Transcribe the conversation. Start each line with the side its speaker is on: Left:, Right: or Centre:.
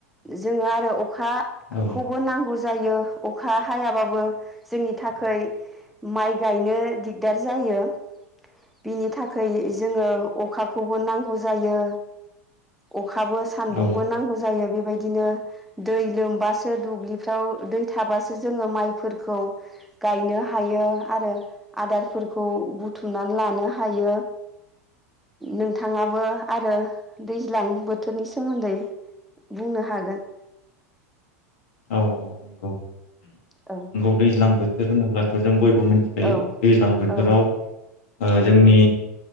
Centre: जोङो आरो अखा।
Left: औ
Centre: खौबो नांगौ जायो। अखा हायाबाबो जोंनि थाखाय माइ गायनो दिगदार जायो बिनि थाखाय खै जोङो अखा खौबो नांगौ जायो अखाबो सान्दुंबो
Left: औ
Centre: नांगौ जायो बेबायदिनो दै लोमबासो दुब्लिफ्राव दै थाबासो जोङो माइफोरखौ गायनो हायो आरो आदारफोरखौ बुथुमनानै लानो हायो नोंथाङाबो आरो दैज्लां बोथोरनि सोमोन्दै बुंनो हागोन
Left: औ औ नंगौ
Centre: औ
Left: नंगौ दैज्लां बोथोर होनोब्लाथ' जों बयबो बो मोनथिखायो
Centre: औ
Left: दैज्लां बोथोराव
Centre: औ
Left: ओ जोंनि